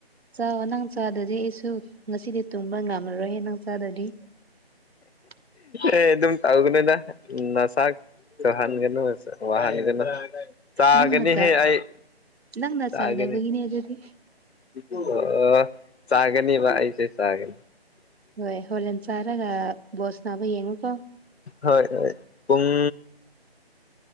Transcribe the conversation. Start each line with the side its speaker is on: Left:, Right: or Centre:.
Right: ꯆꯥꯛ ꯅꯪ ꯆꯥꯗꯗꯤ ꯑꯩꯁꯨ ꯉꯁꯤꯗꯤ ꯇꯨꯡꯕ ꯉꯝꯃꯔꯣꯏꯍꯦ ꯅꯪ ꯆꯥꯗꯤ ꯎꯝ
Left: ꯑꯦ ꯑꯗꯨꯝ ꯇꯧꯒꯅꯤꯨꯗ ꯅꯁꯥꯛ ꯆꯍꯟꯒꯅꯨ ꯋꯥꯟ ꯅ ꯆꯥꯒꯅꯤꯍꯦ
Right: ꯅꯪꯅ ꯆꯥ
Left: ꯑꯩ
Right: ꯅꯪꯅ
Left: ꯁꯥꯒꯦꯅꯦꯁ
Right: ꯆꯥꯗꯕꯒꯤꯅꯦ ꯑꯗꯨꯗꯤ
Left: ꯑꯣ ꯆꯒꯅꯤ ꯏꯁ ꯆꯒꯅꯤ
Right: ꯍꯣꯏ ꯍꯣꯔꯂꯦꯟ ꯆꯥꯔꯒ ꯕꯣꯁ ꯅꯥꯕ ꯌꯦꯡꯉꯨꯀꯣ
Left: ꯍꯣꯏ ꯍꯣꯏ ꯄꯨꯡ